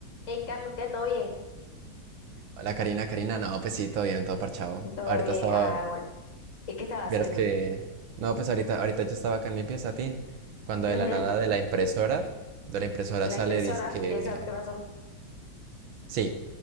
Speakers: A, on the left; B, on the right.
A: Hey, Carlos, ¿qué? ¿Todo bien?
B: Hola Karina, Karina, no, pues sí, todo bien, todo parchado.
A: Todo
B: Ahorita
A: bien.
B: estaba,
A: Ah, bueno. ¿Y qué estaba haciendo?
B: vieras que, no, pues ahorita, ahorita yo estaba acá en mi pieza, Tin, cuando
A: Ujú.
B: de la nada de la impresora, de la impresora
A: La
B: sale,
A: impresora,
B: dizque,
A: ¿qué, sa- qué pasó?
B: sí,